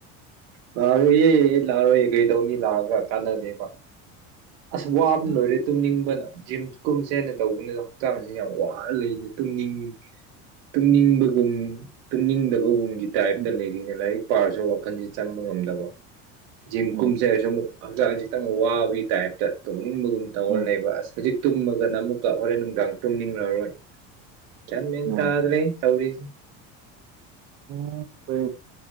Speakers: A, on the right; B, on the right.
A: ꯂꯥꯛꯔꯣꯏꯌꯦ ꯂꯥꯛꯔꯣꯏꯌꯦ ꯀꯩꯗꯧꯅꯤ ꯂꯥꯛꯑꯒ ꯀꯥꯟꯅꯗꯦꯕ ꯑꯁ ꯋꯥꯕꯅ
B: ꯎꯝ
A: ꯂꯣꯏꯔꯦ ꯇꯨꯝꯅꯤꯡꯕꯅ ꯖꯤꯝ ꯀꯨꯝꯁꯦꯅ ꯇꯧꯕꯅꯤꯅꯦ ꯗꫭ ꯍꯛꯆꯥꯡꯁꯦ ꯌꯥꯝ ꯋꯥꯔ ꯂꯩꯅꯤ ꯇꯨꯝꯅꯤꯡ ꯇꯨꯝꯅꯤꯡꯕꯒꯨꯝ ꯇꯨꯝꯅꯤꯡꯗꯕꯒꯨꯝꯒꯤ ꯇꯥꯏꯞꯇ
B: ꯎꯝ
A: ꯂꯩꯔꯤꯅꯦ ꯂꯥꯏꯔꯤꯛ ꯄꯥꯔꯁꯨ ꯋꯥꯈꯟꯁꯤ ꯆꯪꯕ ꯉꯝꯗꯕ ꯖꯤꯝ
B: ꯎꯝ
A: ꯀꯨꯝꯁꯦ ꯍꯥꯏꯔꯁꯨ ꯑꯃꯨꯛ ꯍꯛꯆꯥꯡꯖꯤ ꯇꯪ ꯋꯥꯕꯒꯤ ꯇꯥꯏꯞ ꯇ ꯇꯨꯝ ꯏꯪꯕꯒꯨꯝ ꯇꯧꯔ
B: ꯎꯝ
A: ꯂꯩꯕ ꯑꯁ ꯍꯧꯖꯤꯛ ꯇꯨꯝꯃꯒꯅ ꯑꯃꯨꯛꯀ ꯍꯣꯔꯦꯟ ꯅꯨꯡꯗꯥꯡ ꯇꯨꯝꯅꯤꯡꯉꯔꯣꯏ ꯒ꯭ꯌꯥꯟ ꯃꯦꯟ
B: ꯎꯝ
A: ꯇꯥꯗ꯭ꯔꯦꯍꯦ ꯇꯧꯔꯤꯁꯦ
B: ꯎꯝ ꯍꯣꯏ